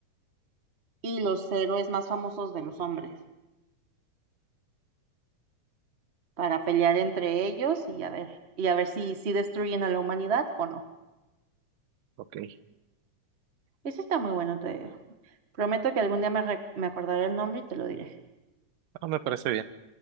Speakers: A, on the right; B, on the right.
A: y los héroes más famosos de los hombres para pelear entre ellos y a ver, y a ver si, si destruyen a la humanidad o no.
B: Ok,
A: Ese está muy bueno, te prometo que algún día me, re- me acordaré el nombre y te lo diré.
B: ah, me parece bien.